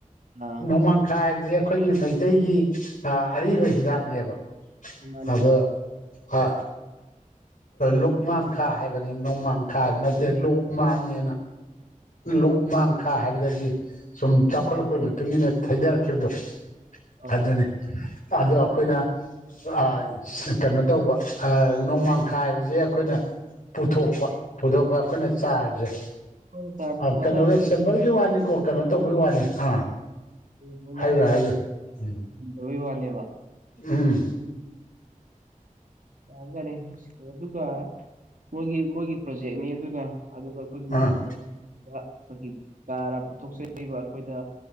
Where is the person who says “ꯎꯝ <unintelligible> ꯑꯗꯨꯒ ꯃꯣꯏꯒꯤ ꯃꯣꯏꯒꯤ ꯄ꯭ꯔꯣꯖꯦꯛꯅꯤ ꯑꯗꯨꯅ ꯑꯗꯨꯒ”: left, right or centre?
Right